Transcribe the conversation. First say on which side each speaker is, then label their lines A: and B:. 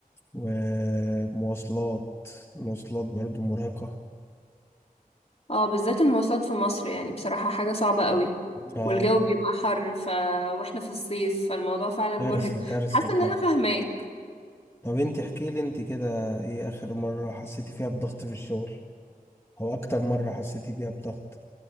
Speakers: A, on the left (about 15°); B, on the left (about 45°).
A: ومواصلات المواصلات برضه مرهقه
B: اه بالذات المواصلات في مصر يعني بصراحة حاجة صعبة قوي
A: اه
B: والجو بيبقى حر ف... واحنا في الصيف فالموضوع فعلا مرهق
A: كارثة كارثة
B: حاسة ان
A: بجد
B: انا فاهماك
A: طب انت احكي لي انت كده ايه اخر مرة حسيتي فيها بضغط في الشغل او اكتر مرة حسيتي بيها بضغط